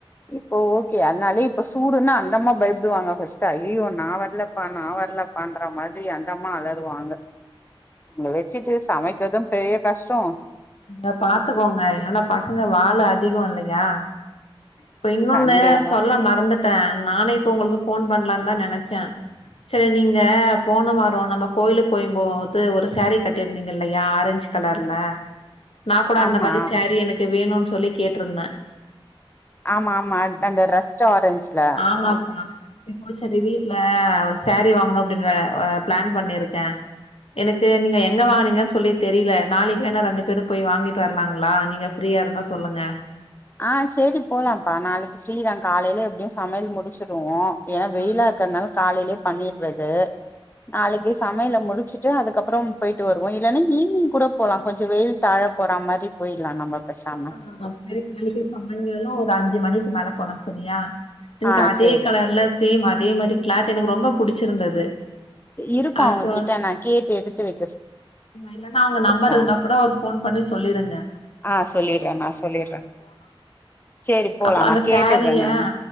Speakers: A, on the left; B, on the left.
A: இப்போ ஓகே அதுனாலயே இப்ப சூடுன்னா அந்த அம்மா பயப்படுவாங்க ஃபர்ஸ்ட் அய்யய்யோ நா வர்லப்பா நா வர்லப்பான்ற மாரி தே அந்தம்மா அலருவாங்க உங்கள வச்சுட்டு சமைக்கிறதும் பெரிய கஷ்டோ
B: அ பாத்துக்கோங்க இல்லன்னா பசங்க வாலு அதிகொம் இல்லையா அப்றொ இன்னொன்னு
A: கண்டிப்பா
B: சொல்ல மறந்துட்டே நானு இப்ப உங்களுக்கு ஃபோன் பண்லான்னு தா நெனைச்சே சரி நீங்க போன வாரோ நம்ப கோயிலுக்கு போயும் போ து ஒரு சேரீ கட்டிருந்தீங்க இல்லையா ஆரஞ்ச் கலர்ல நா கூட
A: ஆமா
B: அந்த மாரி சேரீ எனக்கு வேணுன் சொல்லி கேட்ருந்தே
A: ஆமா ஆமா அட்அந்த ரஸ்ட் ஆரஞ்ச்ல
B: ஆமாப்பா இப்போ சரி வீட்ல ஒரு சாரீ வாங்கணு அப்டின்ற அ பிளான் பண்ணிருக்கே எனக்கு நீங்க எங்க வாங்கனீங்கன்னு சொல்லித் தெரியில நாளைக்கு வேணா ரெண்டு பேரும் போய் வாங்கிட்டு வரலாங்களா நீங்க ஃப்ரீயா இருந்தா சொல்லுங்க
A: ஆ சேரி போலாம்ப்பா நாளைக்கு ஃப்ரீதா காலையில எப்டியு சமையல் முடிச்சுடுவோ ஏன்னா வெயிலா
B: ஆ
A: இருக்குறனாலே காலையிலயே பண்ணிர்றது நாளைக்கு
B: சரி
A: சமையல முடிச்சுட் ட்டு அதுக்கப்புறம் போயிட்டு வருவோ இல்லன்னா ஈவினிங் கூட போலா கொஞ்சொ வெயில் தாழப் போறா மாதிரி போயிடலா நம்ப பேசாம
B: ஆ சரி நாளைக்கு சாயங்காலம் ஒரு அஞ்சு மணிக்கு மேலப் போலா சரியா எனக்கு
A: ஆ
B: அதே
A: சேரி
B: கலர்ல சேம் அதே மாரி கிளாத் எனக்கு ரொம்ப புடிச்சிருந்தது
A: இருக்கு
B: அது
A: அவங்ககிட்ட நா கேட்டு எடுத்து வைக்க
B: இல்லன்னா அவுங்க நம்பர்
A: சொல்ற
B: இருந்தா கூட ஒரு ஃபோன் பண்ணி சொல்லிருங்க
A: ஆ சொல்லிர்றே நா சொல்லிர்றே சேரி போலா
B: அப்றோ அந்த
A: நா கேட்டுர்றே
B: சாரிய
A: நானு